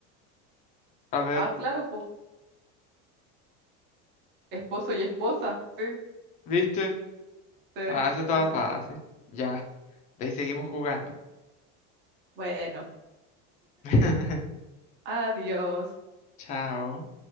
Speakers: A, on the left; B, on the right.
A: A ver,
B: Ah, claro, pues Esposo y esposa. Sí,
A: ¿viste?
B: sí,
A: Ah, eso estaba
B: sí, sí.
A: fácil. Ya. De ahí seguimos jugando.
B: Bueno,
A: <laughs>
B: adiós.
A: Chao.